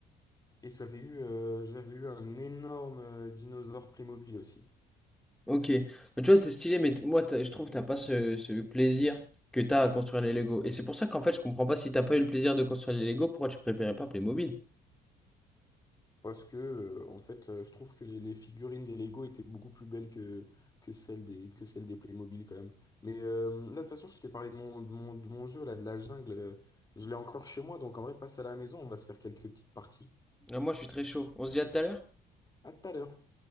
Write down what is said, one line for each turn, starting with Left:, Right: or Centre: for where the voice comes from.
Left: Et j'avais eu, euh, j'avais eu un énorme euh, dinosaure Playmobil aussi.
Centre: Ok, mais tu vois, c'est stylé, mais t- moi, t'as- je trouve que t'as pas ce, ce plaisir que t'as à construire les Lego. Et c'est pour ça qu'en fait, je comprends pas si t'as pas eu le plaisir de construire les Lego, pourquoi tu préférais pas Playmobil?
Left: Parce que, euh, en fait, euh, je trouve que les, les figurines des Lego étaient beaucoup plus belles que, que celles des, que celles des Playmobil, quand même. Mais euh, là, de toute façon, je t'ai parlé de mon, de mon, de mon jeu, là, de la jungle. euh, Je l'ai encore chez moi, donc en vrai, passe à la maison, on va se faire quelques petites parties.
Centre: Ah, moi, je suis très chaud. On se dit à tout à l'heure?
Left: À tout à l'heure.